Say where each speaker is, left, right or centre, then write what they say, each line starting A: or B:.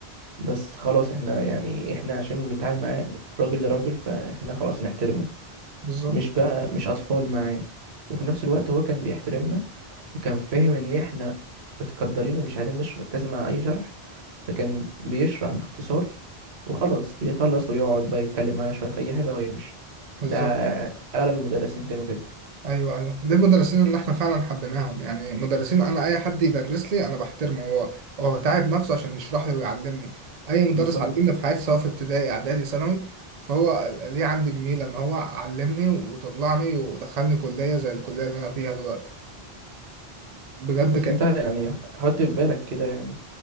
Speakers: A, on the right; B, on the right.
A: بس خلاص احنا يعني احنا عشان بنتعامل معاه راجل لراجل فاحنا خلاص نحترمه
B: بالظبط
A: مش بقى مش اطفال معاه وفي نفس الوقت هو كان بيحترمنا وكان فاهم ان احنا متقدرين ومش عايزين نشر... تسمع اي شرح فكان بيشرح باختصار وخلاص بيخلص ويقعد بقى يتكلم معانا شويه في اي حاجه ويمشي
B: بالظبط
A: ده اغلب المدرسين كانوا كده
B: أيوه أيوه دي المدرسين اللي إحنا فعلا حبيناهم يعني مدرسين أنا أي حد يدرس لي أنا بحترمه هو هو تعب نفسه عشان يشرح لي ويعلمني أي مدرس
A: بالظبط
B: علمني في حياتي سواء في ابتدائي إعدادي ثانوي فهو ليه عندي جميلة إن هو علمني وطلعني ودخلني كلية زي الكلية اللي أنا فيها دلوقتي بجد
A: بس
B: كان
A: انت يعني حط في بالك كده يعني